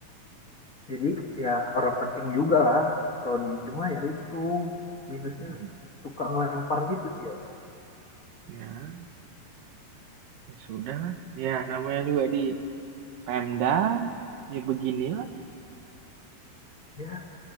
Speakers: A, on the left; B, on the right.
A: Jadi ya orang penting juga lah Roni. Cuma ya itu minusnya
B: Hmm.
A: suka ngelempar gitu sih ya.
B: Ya, ya sudah lah. Ya, namanya juga di Pemda, ya beginilah.
A: Ya